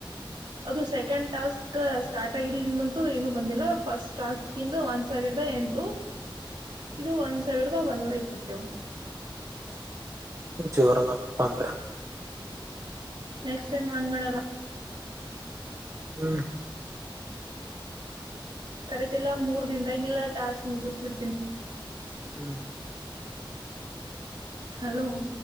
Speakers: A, on the right (about 65°); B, on the right (about 35°).
A: ಅದು ಸೆಕೆಂಡ್ ಟಾಸ್ಕ್ ಸ್ಟಾರ್ಟ್ ಆಗಿಲ್ದಿಂದಂತೂ ಏನು ಬಂದಿಲ್ಲ ಫಸ್ಟ್ ಟಾಸ್ಕ್ಂದು ಒಂದ್ ಸಾವಿರದ ಎಂಟು ಇದು ಒಂದ್ ಸಾವಿರದ ಒನ್ನೂರ ಇಪ್ಪತ್ತ
B: ಜೋರದ ಪಂದ್ರ
A: ನೆಕ್ಸ್ಟ್ ಟೈಮ್ ಹಾಂಗ್ ಮಾಡಲ್ಲ
B: ಹ್ಮ್
A: ಕರೆಕ್ಟ್ ಇಲ್ಲ ಮೂರ್ ದನ್ದಾಗಿಲ್ಲ ಟಾಸ್ಕ್ ಮುಗಿಸಬಿಡ್ತೀನ್
B: ಹ್ಮ್ ಹ್ಮ್
A: ಹಲೋ